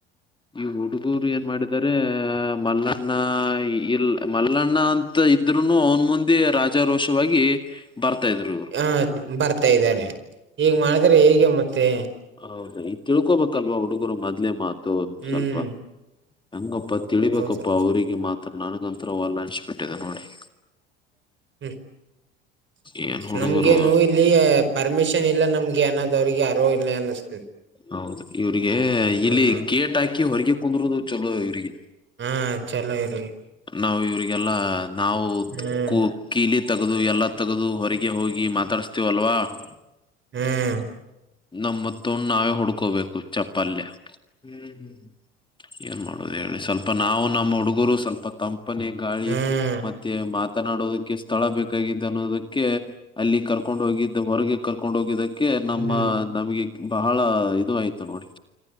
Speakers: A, on the left; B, on the right.
A: ಈ ಹುಡುಗರು ಏನ್ ಮಾಡಿದಾರೆ ಮಲ್ಲಣ್ಣ ಇಲ್ ಮಲ್ಲಣ್ಣ ಅಂತ ಇದ್ರುನು ಅವನ ಮುಂದೆ ರಾಜಾರೋಷವಾಗಿ ಬರ್ತಾ ಇದ್ರು ಇವರು.
B: ಹ ಬರ್ತಾ ಇದ್ದಾರೆ ಈಗ್ ಮಾಡಿದ್ರೆ ಹೇಗೆ ಮತ್ತೆ
A: ಹೌದ, ಈ ತಿಳ್ಕೊಬೇಕಲ್ವಾ ಹುಡುಗರು ಮದ್ಲೆ ಮಾತು ಒ
B: ಹ್ಮ್
A: ಸ್ವಲ್ಪ ಹಂಗೊಪ್ಪ. ತಿಳಿಬೇಕಪ್ಪಾ
B: ಹೌದಾ
A: ಅವ್ರರಿಗೆ ಮಾತ್ರ ನನಗ ಒಂತರವಲ್ಲ ವಲ್ಲನ್ಸಿಬಿಟ್ಟಿದೆ ನೋಡ್ರಿ.
B: ಹ್ಮ್
A: ಏನ್ ಹುಡುಗರು
B: ನಮ್ಗೇನು ಇಲ್ಲಿ ಪರ್ಮಿಷನ್ ಇಲ್ಲ ನಮ್ಗೆ ಅನಾದ್ ಅವ್ರಿಗೆ ಅರಿವಿಲ್ಲಾ ಅನ್ನಿಸ್ತದೆ.
A: ಹೌದು ಇವ್ರಿಗೆ
B: ಹ್ಮ್
A: ಇಲ್ಲಿ ಗೇಟ್ ಹಾಕಿ ಹೊರಗೆ ಕುಂದರೋದು ಚಲೋ ಇವ್ರಿಗೆ.
B: ಹಾ, ಚಲೋಇವರಿಗೆ
A: ನಾವು ಇವ್ರಿಗೆಲ್ಲಾ ನಾವು
B: ಹ್ಮ್
A: ಕೂ ಕೀಲಿ ತಗದು ಎಲ್ಲಾ ತಗದು ಹೊರಗೆ ಹೋಗಿ ಮಾತಾಡಸ್ತೀವಲ್ವಾ ಹ್ಮ
B: ಹ್ಮ್
A: <inaudible> ನಮ್ಮತ್ತೊಂಡ್ ನಾವೇ ಹೊಡ್ಕೋಬೇಕು ಚಪ್ಪಲ್ಲೇ. ಹ್ಮ್ <inaudible> ಏನ್ ಮಾಡುದ ಹೇಳಿ ಸ್ವಲ್ಪ ನಾವು ನಮ್ಮ ಹುಡುಗರು ಸ್ವಲ್ಪ ತಂ ಪನೆ ಗಾಳಿ
B: ಹ್ಮ್
A: ಮತ್ತೆ ಮಾತನಾಡೋದಕ್ಕೆ ಸ್ಥಳ ಬೇಕಾಗಿದೆ ಅನ್ನೋದಕ್ಕೆ ಅಲ್ಲಿ ಕರ್ ಕರ್ಕೊಂಡು ಹೋಗಿದ್ದ ಹೊರಗೆ ಕರ್ಕೊಂಡ್ ಹೋಗಿದ್ದಕ್ಕೆ ನಮ್ಮ
B: ಹ್ಮ್
A: ನಮಗೆ ಬಹಳ ಇದು ಆಯ್ತು ನೋಡಿ